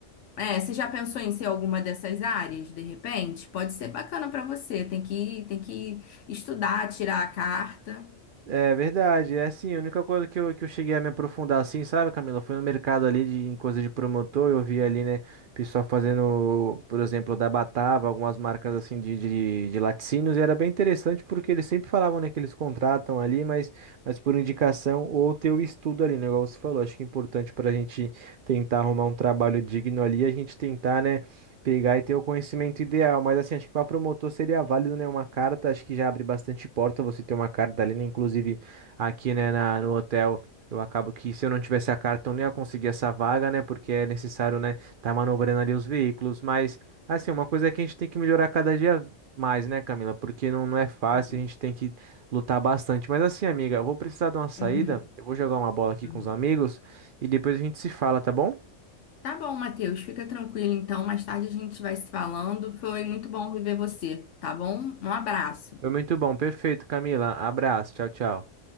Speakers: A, on the left (about 75°); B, on the right (about 60°).
A: é, você já pensou em ser alguma dessas áreas, de repente? Pode ser bacana para você. Tem que, tem que estudar, tirar a carta.
B: É verdade, é assim, a única coisa que eu, que eu cheguei a me aprofundar assim, sabe, Camila? Foi no mercado ali de em coisa de promotor, eu vi ali, né, pessoal fazendo, por exemplo, da Batava, algumas marcas assim de, de, de laticínios, e era bem interessante porque eles sempre falavam, né, que eles contratam ali, mas, mas por indicação ou ter o estudo ali, né, igual você falou, acho que é importante para a gente tentar arrumar um trabalho digno ali, a gente tentar, né, Pegar e ter o conhecimento ideal, mas assim, acho que para promotor seria válido, né? Uma carta, acho que já abre bastante porta você ter uma carta ali, né? Inclusive aqui, né, na, no hotel, eu acabo que se eu não tivesse a carta, eu não ia conseguir essa vaga, né? Porque é necessário, né, tá manobrando ali os veículos, mas assim, uma coisa é que a gente tem que melhorar cada dia mais, né, Camila? Porque não, não é fácil,
A: Uhum.
B: a gente tem que lutar bastante. Mas assim, amiga, eu vou precisar de uma saída,
A: Uhum,
B: eu vou jogar uma bola aqui
A: uhum.
B: com os amigos e depois a gente se fala, tá bom?
A: Tá bom, Matheus. Fica tranquilo, então. Mais tarde a gente vai se falando. Foi muito bom rever você, tá bom? Um abraço.
B: Foi muito bom, perfeito, Camila. Abraço, tchau, tchau.